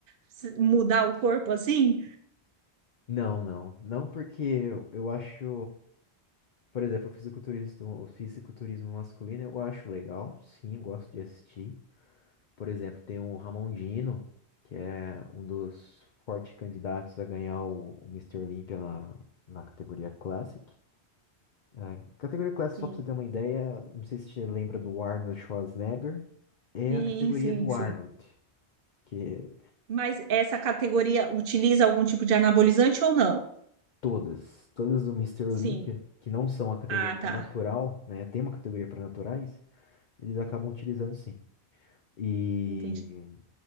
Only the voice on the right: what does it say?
se- mudar o corpo assim?
Sim.
Sim,
sim,
sim.
Mas essa categoria utiliza algum tipo de anabolizante ou não?
Sim.
Ah, tá.
Entendi.